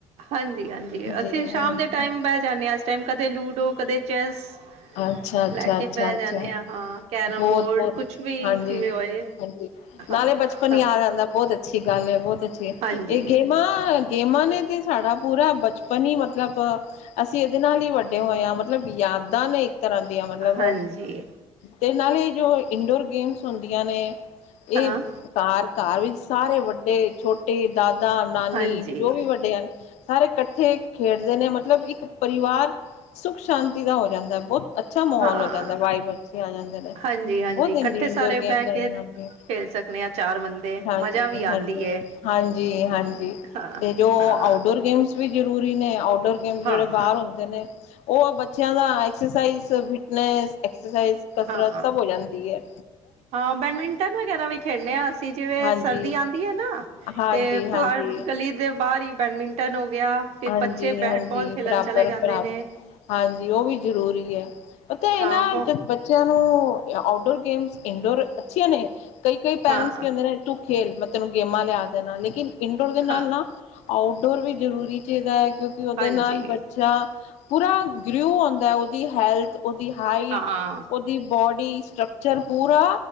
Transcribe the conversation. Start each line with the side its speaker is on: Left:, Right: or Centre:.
Right: ਹਾਂਜੀ-ਹਾਂਜੀ,
Left: ਹਾਂਜੀ-ਹਾਂਜੀ
Right: ਅਸੀਂ ਸ਼ਾਮ ਦੇ ਟਾਈਮ ਬਹਿ ਜਾਂਦੇ ਆਂ, ਇਸ ਟਾਈਮ ਕਦੇ ਲੂਡੋ, ਕਦੇ ਚੈਸ
Left: ਅੱਛਾ-ਅੱਛਾ,
Right: ਲੈ ਕੇ
Left: ਅੱਛਾ-ਅੱਛਾ
Right: ਬਹਿ ਜਾਂਨੇ ਆਂ, ਹਾਂ ਕੈਰਮ
Left: ਬਹੁਤ-ਬਹੁਤ
Right: ਬੋਰਡ ਕੁਛ ਵੀ
Left: ਹਾਂਜੀ।
Right: ਜਿਵੇਂ ਹੋਏ
Left: ਹਾਂਜੀ
Right: ਹਾਂ
Left: ਨਾਲੇ ਬਚਪਨ
Right: ਹਾਂ
Left: ਹੀ ਯਾਦ ਆਂਦਾ, ਬਹੁਤ ਅੱਛੀ ਗੱਲ ਏ ਬਹੁਤ ਅੱਛੀ,
Right: ਹਾਂਜੀ
Left: ਇਹ ਗੇਮਾਂ ਗੇਮਾਂ ਨੇ ਤੇ ਸਾਡਾ ਪੂਰਾ ਬਚਪਨ ਹੀ ਮਤਲਬ ਅਸੀਂ ਇਹਦੇ ਨਾਲ ਹੀ ਵੱਡੇ ਹੋਏ ਹਾਂ, ਮਤਲਬ ਯਾਦਾਂ ਨੇ ਇੱਕ ਤਰ੍ਹਾਂ ਦੀਆਂ ਮਤਲਬ
Right: ਹਾਂਜੀ
Left: ਤੇ ਨਾਲੇ ਜੋ ਇਨਡੋਰ ਗੇਮਸ ਹੁੰਦੀਆਂ ਨੇ, ਇਹ
Right: ਹਾਂ
Left: ਘਰ-ਘਰ ਵਿੱਚ ਸਾਰੇ ਵੱਡੇ-ਛੋਟੇ, ਦਾਦਾ, ਨਾਨੀ,
Right: ਹਾਂਜੀ
Left: ਜੋ ਵੀ ਵੱਡੇ ਹਨ ਸਾਰੇ ਇਕੱਠੇ ਖੇਡਦੇ ਨੇ, ਮਤਲਬ ਇੱਕ ਪਰਿਵਾਰ ਸੁੱਖ ਸ਼ਾਂਤੀ ਦਾ ਹੋ ਜਾਂਦਾ ਬੋਤ। ਅੱਛਾ ਮਾਹੌਲ
Right: ਹਾਂ
Left: ਹੋ ਜਾਂਦਾ, ਵਾਈਫ ਅੱਛੇ ਆ ਜਾਂਦੇ ਨੇ,
Right: ਹਾਂਜੀ ਹਾਂਜੀ
Left: ਬਹੁਤ
Right: ਇਕੱਠੇ
Left: ਇੰਡੋਰ
Right: ਸਾਰੇ
Left: ਗੇਮ
Right: ਬਹਿ
Left: <inaudible>
Right: ਕੇ
Left: ਹਾਂਜੀ-
Right: ਖੇਲ ਸਕਦੇ ਹਾਂ ਚਾਰ ਬੰਦੇ
Left: ਹਾਂਜੀ-
Right: ਮਜ਼ਾ ਵੀ
Left: ਹਾਂਜੀ-
Right: ਆਉਂਦੀ ਹੈ
Left: ਹਾਂਜੀ- ਹਾਂਜੀ
Right: ਹਾਂ
Left: ਤੇ ਜੋ
Right: ਹਾਂ
Left: ਆਊਟਡੋਰ ਗੇਮਸ ਵੀ ਜ਼ਰੂਰੀ ਨੇ, ਆਊਟਡੋਰ ਗੇਮਸ
Right: ਹਾਂ
Left: ਜਿਹੜੇ
Right: ਹਾਂ
Left: ਬਾਹਰ ਹੁੰਦੇ ਨੇ ਉਹ ਬੱਚ ਬੱਚਿਆਂ ਦਾ ਐਕਰਸ਼ਾਈਜ਼, ਫਿਟਨਸ, ਐਕਰਸ਼ਾਈਜ਼, ਕਸਰਤ
Right: ਹਾਂ ਹਾਂ
Left: ਸਭ ਹੋ ਜਾਂਦੀ ਐ।
Right: ਹਾਂ ਬੈਡਮਿੰਟਨ ਵਗੈਰਾ ਵੀ ਖੇਡਦੇ ਹਾਂ ਅਸੀਂ, ਜਿਵੇਂ
Left: ਹਾਂਜੀ,
Right: ਸਰਦੀ ਆਂਦੀ ਹੈ ਨਾ।
Left: ਹਾਂਜੀ-ਹਾਂਜੀ।
Right: ਤੇ ਬਾਹਰ ਗਲੀ ਦੇ ਬਾਹਰ ਹੀ ਬੈਡਮਿੰਟਨ ਟਨ ਹੋ ਗਿਆ, ਫਿਰ
Left: ਹਾਂਜੀ
Right: ਬੱਚੇ
Left: ਹਾਂਜੀ
Right: ਬੈਟ ਬੌਲ ਖੇਲਣ
Left: ਬਰਾਬਰ
Right: ਚਲੇ ਜਾਂਦੇ
Left: ਬਰਾਬਰ
Right: ਨੇ।
Left: ਹਾਂਜੀ ਉਹ ਵੀ ਜ਼ਰੂਰੀ ਐ, ਪਤਾ ਇਹਨਾਂ
Right: ਹਾਂ ਬਹੁ
Left: ਬੱਚਿਆਂ ਨੂੰ ਆਊਟਡੋਰ ਗੇਮਸ, ਇੰਡੋਰ ਅੱਛੀਆਂ ਨੇ, ਕਈ- ਕਈ ਪੈਰੈਂਟਸ
Right: ਹਾਂ
Left: ਕਹਿੰਦੇ ਨੇ ਤੂੰ ਖੇਲ, ਮੈਂ ਤੈਨੂੰ ਗੇਮਾਂ ਲਿਆ ਦੇਣਾ, ਲੇਕਿਨ ਇਨਡੋਰ ਦੇ ਨਾਲ
Right: ਹਾਂ
Left: ਨਾ ਆਊਟਡੋਰ ਵੀ ਜ਼ਰੂਰੀ ਬੱਚੇ ਦਾ ਐਕਿਉਂਕਿ ਉਹਦੇ
Right: ਹਾਂਜੀ
Left: ਨਾਲ ਬੱਚਾ ਪੂਰਾ ਗਰਿਊ ਆਉਂਦਾ, ਉਹਦੀ ਹੈਲਥ ਉਹਦੀ ਹਾਈਟ,
Right: ਹਾਂ
Left: ਉਹਦੀ ਬੋਡੀ ਸਟਕਚਰ ਪੂਰਾ